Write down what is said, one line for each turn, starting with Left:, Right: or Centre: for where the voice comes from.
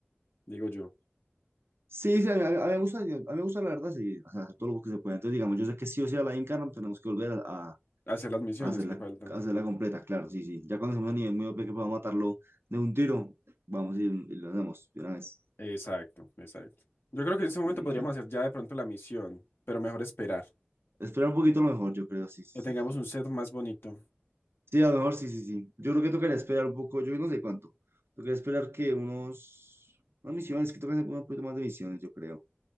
Left: Digo yo,
Right: Sí, sí, a mí, a mí me gusta, a mí me gusta la verdad, sí, o sea, todo lo que se pueda. Entonces, digamos, yo sé que sí o sí a la Inca no tenemos que volver a, a-
Left: hacer las misiones
Right: a hacerla,
Left: que faltan.
Right: a hacerla completa, claro, sí, sí. Ya cuando estemos a nivel muy OP que podamos matarlo de un tiro, vamos y, y lo hacemos de una vez.
Left: Exacto, exacto. Yo creo que en este momento
Right: Sí, sí,
Left: podríamos
Right: claro.
Left: hacer ya de pronto la misión, pero mejor esperar.
Right: Esperar un poquito a lo mejor, yo creo, sí, sí,
Left: Que tengamos
Right: sí. Sí,
Left: un set más bonito.
Right: Sí, a lo mejor sí, sí, sí. Yo creo que tocaría esperar un poco, yo no sé cuánto. Tocaría esperar que unos, unas misiones, que toca hacer un poquito más de misiones, yo creo.